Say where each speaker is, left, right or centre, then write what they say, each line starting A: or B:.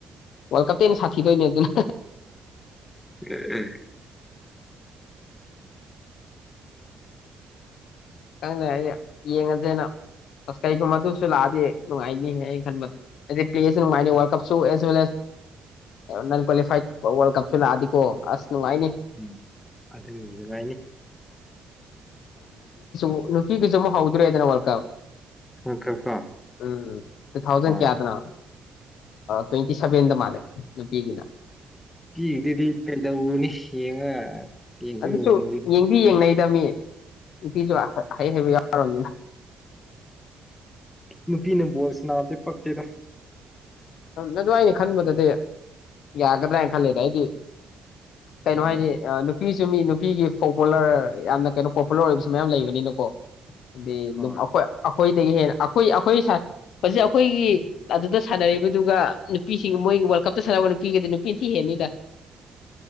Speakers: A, on the left; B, on the left.
A: ꯋꯥꯔꯜ ꯀꯞꯇꯩꯅ ꯁꯥꯊꯤꯗꯣꯏꯅꯦ ꯑꯗꯨꯅ
B: ꯑ ꯑ
A: ꯈꯪꯗ ꯍꯥꯏꯗꯤ ꯌꯦꯡꯉꯁꯦꯅ ꯑꯁ ꯀꯩꯒꯨꯝꯕ ꯑꯗꯨꯁꯨ ꯂꯥꯛꯑꯗꯤ ꯅꯨꯡꯉꯥꯏꯅꯤ ꯍꯥꯏꯩꯅ ꯈꯟꯕꯗ ꯄ꯭ꯂꯦꯁꯨ ꯅꯨꯡꯉꯥꯏ ꯀꯁꯨ ꯑꯦꯁꯋ ꯅꯟ ꯀ꯭ꯋꯥꯂꯤꯐꯥꯏꯠ ꯋꯥꯔꯜ ꯀꯁꯨ ꯂꯥꯛꯑꯗꯤꯀꯣ ꯑꯁ ꯅꯨꯡꯉꯥꯏꯅꯤ
B: ꯎꯝ ꯑꯗꯨ ꯅꯨꯡꯉꯥꯏꯅꯤ
A: ꯂꯨꯛꯤꯒꯤꯤꯁꯖꯃ ꯍꯒꯣꯏ꯭ꯔꯦꯗꯅꯔꯜ ꯀꯞ
B: ꯍ ꯀ ꯀ
A: ꯎꯝ ꯇꯨ ꯊꯥꯎꯖꯟ
B: ꯍꯣꯏ
A: ꯀꯌꯥꯗꯅꯣ ꯇ꯭ꯋꯦꯟꯇꯤ ꯁꯕꯦꯟꯗ ꯃꯥꯜꯂꯦ ꯅꯨꯄꯤꯒꯤꯅ
B: ꯄꯤꯗꯨꯗꯤ ꯀꯩꯗꯧꯅꯤ ꯌꯦꯡꯉ ꯌꯦꯡꯁꯨ
A: ꯑꯗꯨꯁꯨ
B: ꯌꯦꯡꯅꯤꯡꯗꯦ
A: ꯌꯦꯡ ꯌꯦ ꯗꯃꯤ ꯤꯁꯨ ꯍꯥꯏ ꯍꯥꯏꯦꯕ ꯌꯥꯔ ꯑꯣꯏꯒꯦꯅ
B: ꯃꯄꯤꯅ ꯣꯣꯔ ꯁꯅꯥꯗ ꯄꯇꯩꯗ
A: ꯑꯗꯨꯋꯥꯏꯅꯦ ꯈꯟꯕꯗꯗꯤ ꯌꯥꯒꯗ꯭ꯔꯅ ꯈꯜꯂꯦꯗ ꯑꯩꯗꯤ ꯀꯩꯅꯣ
B: ꯎꯝ
A: ꯍꯥꯏꯗꯤ ꯅꯨꯄꯤ ꯁ ꯃꯤ ꯅꯨꯄꯤꯒꯤ ꯄꯣꯄꯨꯂꯔ ꯌꯥꯝꯅ ꯀꯩꯅꯣ ꯄꯣꯄꯨꯂꯔ ꯑꯣꯏꯕꯁꯨ ꯃꯌꯥꯝ ꯂꯩꯕꯅꯤꯅꯀꯣ ꯂꯩ
B: ꯍꯣꯏ
A: ꯑꯩꯈꯣꯏꯗꯒꯤ ꯍꯦꯟꯅ ꯑꯩꯈꯣꯏ ꯑꯩꯈꯣꯏ ꯑꯩꯈꯣꯏꯒꯤ ꯑꯗꯨꯗ ꯁꯥꯟꯅꯔꯤꯕ ꯑꯗꯨꯒ ꯅꯨꯄꯤꯁꯤꯡ ꯃꯣꯏꯒꯤ ꯋꯥꯔꯜ ꯀꯞꯇ ꯁꯥꯟꯅꯕ ꯅꯨꯄꯤꯒꯗꯤ ꯅꯨꯄꯤꯅ ꯊꯤ ꯍꯦꯟꯅꯤꯗ